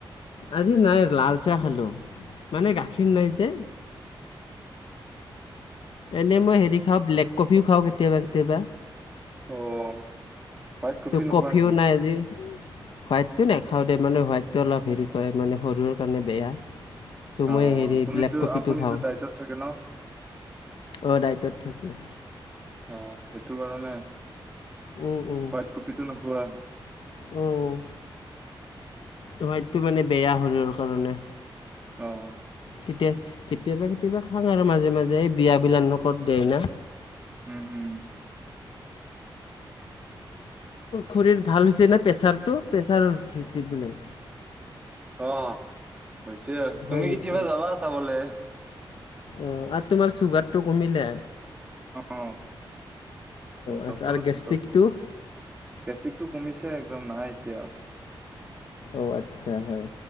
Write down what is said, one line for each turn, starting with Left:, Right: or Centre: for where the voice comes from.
Left: আজি নাই, লাল চাহ খালোঁ। মানে গাখীৰ নাই যে। এনে মই হেৰি খাওঁ, ব্লেক কফিও কেতিয়াবা কেতিয়াবা।
Right: অ'। হোৱাইট কফি
Left: ত'
Right: নোখোৱা
Left: কফিও
Right: নেকি
Left: নাই আজি। হোৱাইতো নাখাওঁ দেই, মানে হোৱাইটতো অলপ হেৰি কৰে, মানে শৰীৰৰ কাৰনে বেয়া। ত'
Right: অ
Left: মই হেৰি
Right: আপুনিতো
Left: ব্লেক কফিটো
Right: আপুনিতো
Left: খাওঁ,
Right: ডাইটত থাকে ন
Left: অ', দাইতত থাকোঁ।
Right: অ', সেইটো কাৰণে।
Left: উম, উম।
Right: হোৱাইট কফিটো নোখোৱা
Left: উম, হোৱাইটতো মানে বেয়া শৰীৰৰ কাৰণে।
Right: অ'।
Left: কেতিয়া, কেতিয়াবা কেতিয়াবা খাং আৰু মাজে, মাজে, এই বিয়াবিলাক নকত দিয়ে না।
Right: উম, উম।
Left: খুৰীৰ ভাল হৈছে না প্ৰেছাৰটো, প্ৰেছাৰ <unintelligible> বোলে।
Right: অ', হৈছে,
Left: হয়
Right: তুমি
Left: নেকি
Right: কেতিয়াবা যাবা চাবলে।
Left: অ', আৰু তোমাৰ চুগাৰটো কমিলে?
Right: অ',
Left: আচ্ছা।
Right: ডক্টৰক
Left: আৰু গেষ্ট্ৰিকটো
Right: ডক গেষ্টিকটো কমিছে একদম, নাই এতিয়া।
Left: অ', আচ্ছা হয়,